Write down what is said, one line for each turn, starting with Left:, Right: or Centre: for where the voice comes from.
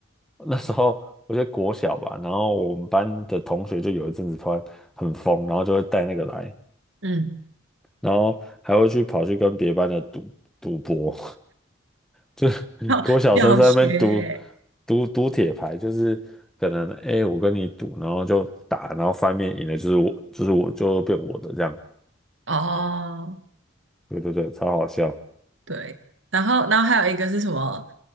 Centre: 那时候我觉得国小吧，然后我们班的同学就有一阵子突然很疯，然后就会带那个来，
Right: 嗯，
Centre: 然后还会去跑去跟别班的赌赌博，<laughs> 就
Right: 要要学欸
Centre: 国小生在那边赌赌赌铁牌，就是可能哎、诶我跟你赌，然后就打，然后翻面赢了就是我就是我就变我的这样，
Right: 哦。
Centre: 对对对，超好笑。
Right: 对，然后然后还有一个是什么？